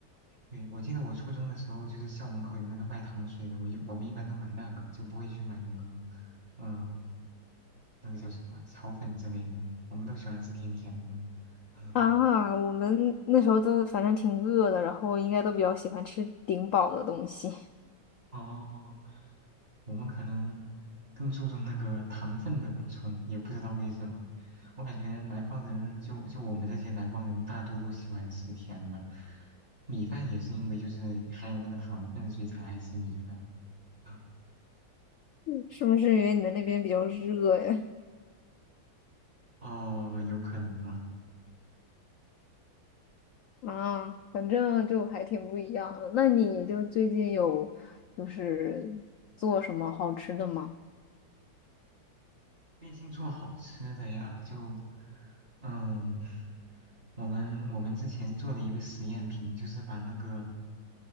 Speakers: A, on the right (about 30°); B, on the left (about 85°).
A: 对，我记得我初中的时候，就是校门口有那个卖糖水的，我一我们一般都买那个，就不会去买那个，嗯、那个叫什么炒粉之类的，我们都喜欢吃甜甜的。<laughs> 嗯，
B: 啊，我们那时候都反正挺饿的，然后应该都比较喜欢吃顶饱的东西。
A: 哦。我们可能更注重那个糖分的补充，也不知道为什么。我感觉南方人就就我们这些南方人，大多都喜欢吃甜的。米饭也是因为就是含有那个糖分，所以才爱吃米饭。<laughs>
B: 是不是因为你们那边比较热呀？
A: 哦，有可能吧。
B: 啊，反正就还挺不一样的。那你就最近有就是做什么好吃的吗？
A: 最近做好吃的呀，就，嗯，我们我们之前做了一个实验品，就是把那个，